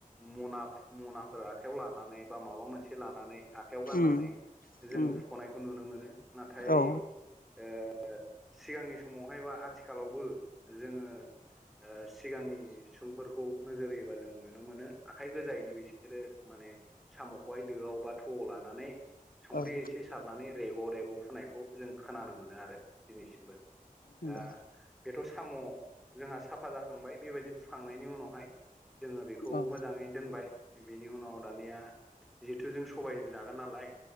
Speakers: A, in the centre; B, on the left.
A: म'ना म'नाफोर आखायाव लानानै बा माबा मोनसे लानानै आखाइयाव गाननानै
B: उम
A: जोङो
B: उम
A: सुख'नायखौ नुनो मोनो नाथाय
B: औ
A: ओ सिगांनि समावहाय बा आथिखालावबो जोङो ओ सिगांनि सुबुंफोरखौ नोजोर होयोबा जों नुनो मोनो आखाइ गोजायैनो बिसोरो म साम'खौहाय दोआव बा थौआव लानानै संख्रि
B: औ
A: एसे सारनानै रेग' रेग' फुनायखौ जों खोनानो मोनो आरो दिनैसिमबो दा
B: हेलौ
A: बेथ' साम' जोंहा साफा जाखांबाय बेबायदि फुखांनायनि उनावहाय जोङो बेखौ
B: औ
A: मोजाङै दोनबाय बिनि उनाव दानिया जिहेथु जों सबायजों जागोन नालाय